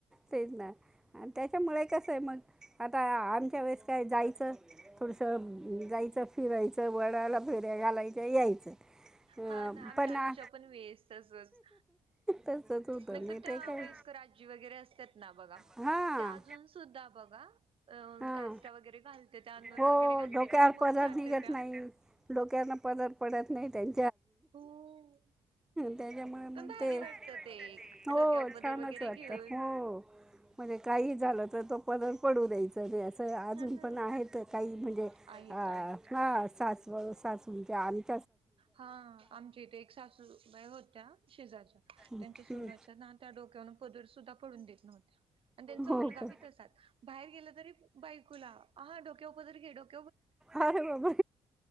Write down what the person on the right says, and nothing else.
हा ना आम
ताईच्या
पण वेळेस तसंच
नाहीतर
त्या
वयस्कर आजी वगैरे असतात ना बघा
त्या अजून सुद्धा ब <unintelligible> अ
काष्टा वगैरे घालते त्या अ नथ
वगैरे घालते
त्या आणि मग
जाते
त्या.
हो
पण भारी
वाटतं ते एक
डोक्यावर पदर
वगैरे
घेऊन.
हा ना.
आहेत
आहेत.
हा आमच्या इथे एक सासूबाई होत्या शेजाच्या त्यांच्या
सुनच्या ना त्या डोक्यावरन पदर सुद्धा पडून देत नव्हत्या. आणि त्यांचा
मुलगा
बी तसाच बाहेर गेलं तरी बायकुला हा डोक्याव पदर घे डोक